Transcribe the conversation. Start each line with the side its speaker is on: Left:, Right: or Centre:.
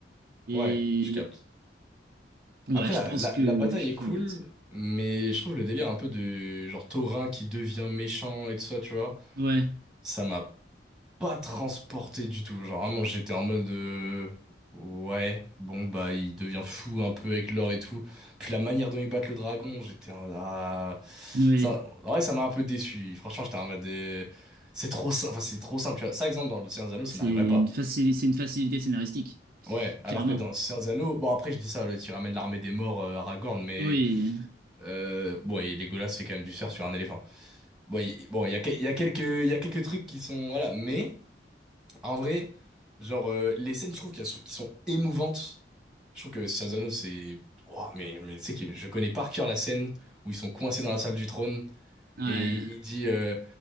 Right: Et
Centre: ouais, je capte.
Right: ouais,
Centre: Après,
Right: je
Centre: la,
Right: pense
Centre: la,
Right: que
Centre: la bataille
Right: je préfère
Centre: est cool,
Right: Le Hobbit.
Centre: mais je trouve le délire un peu de genre taurin qui devient méchant et tout ça, tu vois.
Right: Ouais,
Centre: Ça m'a pas transporté du tout. Genre vraiment, j'étais en mode euh, ouais, bon bah il devient fou un peu avec l'or et tout. Puis la manière dont ils battent le dragon, j'étais en mode, ah,
Right: ouais.
Centre: ça, en vrai, ça m'a un peu déçu. Franchement, j'étais en mode euh, c'est trop, sim- enfin c'est trop simple. Tu vois, ça exemple dans le Seigneur des Anneaux, ça
Right: C'est
Centre: n'arriverait pas.
Right: une, facili- c'est une facilité scénaristique,
Centre: Ouais, alors
Right: clairement.
Centre: que dans le Seigneur des Anneaux, bon après je dis ça, là, tu ramènes l'armée des morts euh, Aragorn, mais
Right: Oui,
Centre: euh, bon et Legolas fait quand même du surf sur un éléphant. Bon, il, bon, il y a, que- il y a quelques, il y a quelques trucs qui sont voilà, mais En vrai, genre, euh, les scènes, je trouve qu'elles sont, qui sont émouvantes. Je trouve que Scienzano, c'est. Ouah, mais mais tu sais que je connais par cœur la scène où ils sont coincés dans la salle du trône
Right: ouais.
Centre: et il dit euh,